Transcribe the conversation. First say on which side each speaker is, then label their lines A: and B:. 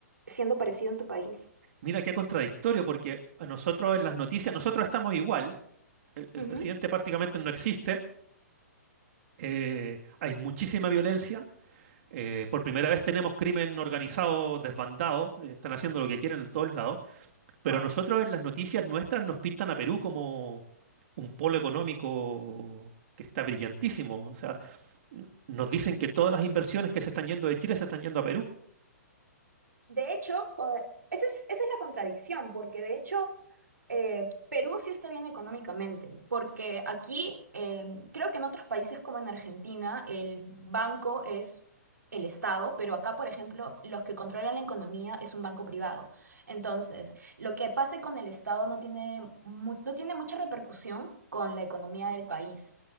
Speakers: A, on the right; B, on the right.
A: siendo parecido en tu país.
B: Mira, qué contradictorio, porque a nosotros en las noticias, nosotros estamos igual, el, el
A: Ujú.
B: presidente prácticamente no existe, eh, hay muchísima violencia, eh, por primera vez tenemos crimen organizado desbandado, eh, están haciendo lo que quieren en todos lados, pero
A: Wow.
B: nosotros en las noticias nuestras nos pintan a Perú como un polo económico que está brillantísimo, o sea, n- nos dicen que todas las inversiones que se están yendo de Chile se están yendo a Perú.
A: De hecho, eh, esa es, esa es la contradicción, porque de hecho eh, Perú sí está bien económicamente, porque aquí eh, creo que en otros países como en Argentina el banco es el Estado, pero acá, por ejemplo, los que controlan la economía es un banco privado. Entonces, lo que pase con el Estado no tiene, mu- no tiene mucha repercusión con la economía del país.